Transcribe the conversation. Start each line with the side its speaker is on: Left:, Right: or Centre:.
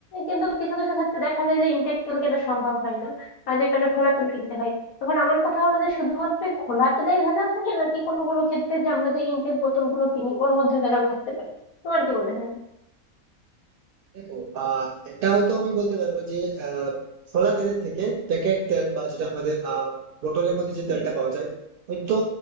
Left: কিন্তু কিছু কিছু ক্ষেত্রে দেখা যায় যে ইনটেক তেল কেনা সম্ভব হয় না আর যে কারণে খোলা তেল কিনতে হয় এবার আমার কথা হলো যে শুধুমাত্র এই খোলা তেলেই ভেজাল থাকে নাকি কোনো কোনো ক্ষেত্রে যে আমরা যে ইনটেক বোতল গুলো কিনি ওর মধ্যে ভেজাল থাকতে পারে তোমার কি মনে হয়
Right: দেখো আহ এটা হয়তো আমি বলতে পারবো যে আহ ফলা তেলের থেকে প্যাকেট তেল বা যেটা আমাদের আহ বোতলের মধ্যে যে তেলটা পাওয়া যায় হয়তো